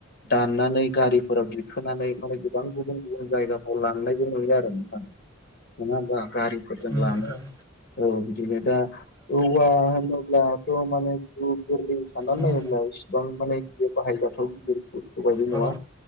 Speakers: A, on the left; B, on the left.
A: दाननानै गारिफोराव दिखोनानै माने गोबां गुबुन गुबुन जायगाफ्राव लांनायबो नुयो आरो नोंथां। नङा होमबा गारिफोरजों
B: उम नोंथां
A: लानो औ बिदिनो दा औवा होनो ब्लाथ' माने साननानै
B: उम
A: नायोब्ला इसिबां माने बियो बाहायजाथाव गिदिरखौ। गौ बायदि
B: औ
A: नङा